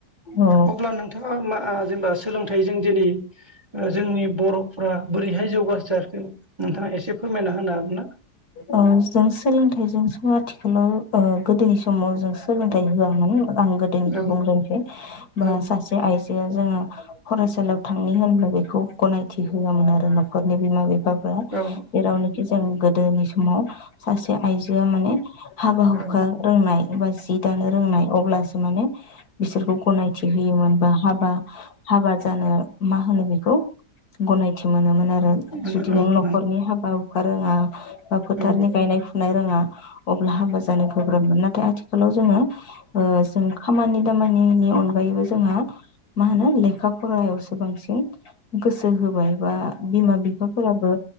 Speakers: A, on the left (about 65°); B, on the right (about 20°).
A: औ
B: अब्ला नोंथाङा मा अ जेनेबा सोलोंथाइजों दिनै अ जोंनि बर' अ बोरैहाय जौगासार नोंथाङा एसे फो- रमायना होना हागोन ना?
A: अ जों सोलोंथाइजों सो आथिखालाव ओ गोदोनि समाव जों सोलोंथाइ होआमोन आं गोदोनिखौ
B: औ
A: बुंग्रोनोसै बा
B: औ
A: सासे आइजोआ जोङो फराय- सालिआव थांनि होनब्ला बेखौ गनायथि होआमोन आरो न'खरनि बिमा बि- फा फोरा
B: औ
A: जेरावनिखि जों गो- दोनि समाव सासे आइजोआ माने हाबा हुखा
B: औ
A: रोंनाय बा जि दानो रोंनाय अब्लासो माने बिसोरखौ गनाय मिथि होयोमोनबा हाबा-हाबा जानो मा होनो बेखौ? गनायथि मोनोमोन आरो
B: औ
A: जुदि
B: नंगौ
A: नों न'खरनि हाबा फोरोङा बा फोथारनि
B: औ
A: गायनाय फो- नाय रोङा अब्ला हाबा जानो गोब्राबमोन नाथाय आथिखालाव जोङो ओ जों खामानि दामानिनि अनगायैबो जोंहा मा होनो लेखा फरायावसो बांसिन गोसो होबाय बा- बिमा बिफाफोराबो